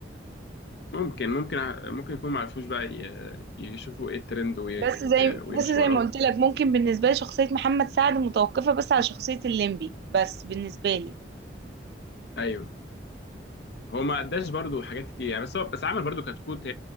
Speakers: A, on the left; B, on the right.
A: ممكن ممكن ع- ممكن يكون ما عرفوش بقى ي- يشوفوا ايه الترند وي-
B: بس زي
A: ويمشوا
B: بس زي
A: وراه
B: ما قلت لك ممكن بالنسبه لي شخصيه محمد سعد متوقفه بس على شخصيه الليمبي بس بالنسبه لي
A: ايوه هو ما قداش برضو حاجات كتير يعني بس هو بس عمل برضو كتكوت